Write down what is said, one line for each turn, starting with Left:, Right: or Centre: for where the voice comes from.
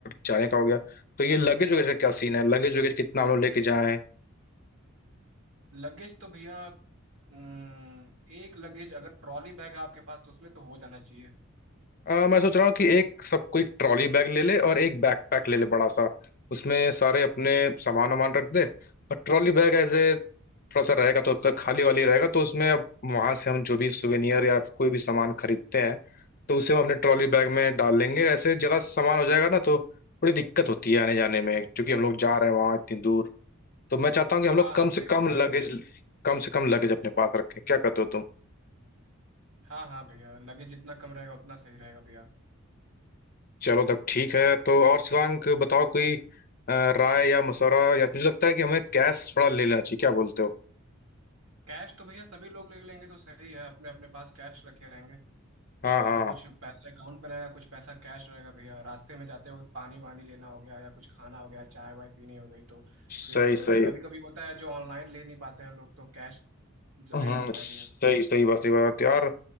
Left: जाने का हो गया तो ये लगेज वगैरह का क्या सीन है लगेज वगैरह कितना हम लोग लेके जाएं
Right: लगेज तो भैया अम्म, एक लगेज अगर ट्रॉली बैग है आपके पास तो उसमें तो हो जाना चाहिए
Left: आ, मैं सोच रहा हूँ कि एक सब कोई ट्रॉली बैग ले ले और एक बैकपैक ले ले बड़ा सा उसमें सारे अपने सामान वामान रख दे और ट्रॉली बैग एज ए थोड़ा सा रहेगा तो उसका खाली वाली रहेगा तो उसमें अब वहां से हम जो भी सुवेनियर या कोई भी सामान खरीदते हैं तो उसे हम अपने ट्रॉली बैग में डाल लेंगे ऐसे ज्यादा सामान हो जाएगा ना तो थोड़ी दिक्कत होती है आने जाने में क्योंकि हम लोग जा रहे हैं वहां इतनी दूर तो मैं चाहता हूँ कि हम लोग
Right: हाँ
Left: कम
Right: हाँ भैया
Left: से कम
Right: बात
Left: लगेज
Right: तो सही
Left: कम से कम लगेज अपने पास रखें क्या कहते हो तुम
Right: हाँ हाँ भैया लगेज जितना कम रहेगा उतना सही रहेगा भैया
Left: चलो तब ठीक है तो और शिवांक बताओ कोई अ, राय या मशवरा या मुझे लगता है कि हमें कैश थोड़ा ले लेना चाहिए क्या बोलते हो
Right: कैश तो भैया सभी लोग ले लेंगे तो सही है अपने अपने पास कैश रखे रहेंगे
Left: हाँ
Right: और
Left: हाँ
Right: कुछ पैसा अकाउंट में रहेगा कुछ पैसा कैश रहेगा भैया रास्ते में जाते वक्त पानी वानी लेना हो गया या कुछ खाना हो गया चाय वाय पीनी हो गई तो
Left: सही
Right: फिर
Left: सही
Right: कभी कभी होता है जो ऑनलाइन ले नहीं पाते हैं लोग तो कैश जरूरी
Left: हम्म,
Right: होता
Left: सही
Right: है भैया
Left: सही बात सही बात यार